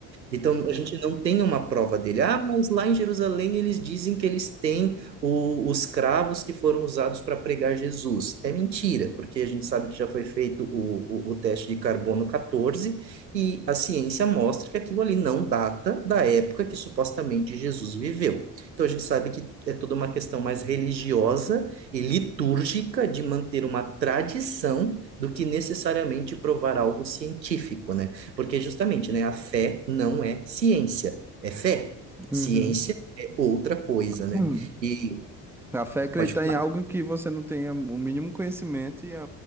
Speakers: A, on the right; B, in the centre.
A: Então, a gente não tem uma prova dele. Ah, mas lá em Jerusalém eles dizem que eles têm o- os cravos que foram usados para pregar Jesus. É mentira, porque a gente sabe que já foi feito o, o, o teste de carbono 14 e a ciência mostra que aquilo ali não data da época que supostamente Jesus viveu. Então, a gente sabe que é toda uma questão mais religiosa e litúrgica de manter uma tradição do que necessariamente provar algo científico, né? Porque justamente, né, a fé não é ciência, é fé.
B: Uhum.
A: Ciência é outra coisa, né?
B: Hum.
A: E
B: A fé é acreditar
A: pode falar.
B: em algo que você não tenha o mínimo conhecimento e é,